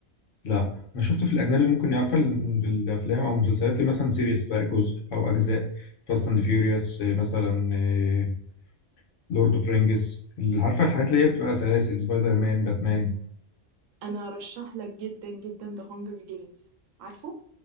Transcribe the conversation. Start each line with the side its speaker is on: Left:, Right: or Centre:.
Left: لا انا شفت في الاجنبي ممكن يعرف ال- الافلام او المسلسلات اللي مثلا سيريس بقى جزء او اجزاء فاست اند فيوريوس مثلا آه، لورد اوف رينجز اللي عارفه الحاجات اللي هي بتبقى سلاسل سبايدر مان باتمان
Right: انا رشح لك جدا جدا ذا هانجر جيمز عارفه